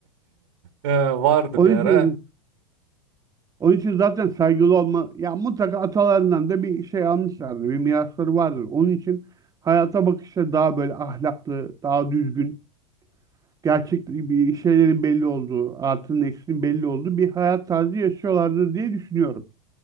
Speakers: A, on the right (about 55°); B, on the right (about 20°).
A: Ee, vardı
B: Onun
A: bir ara.
B: için Onun için zaten saygılı olma, ya mutlaka atalarından da bir şey almışlardır, bir mirasları vardır. Onun için hayata bakışları daha böyle ahlaklı, daha düzgün, gerçek bir şeylerin belli olduğu, artının eksinin belli olduğu bir hayat tarzı yaşıyorlardır diye düşünüyorum.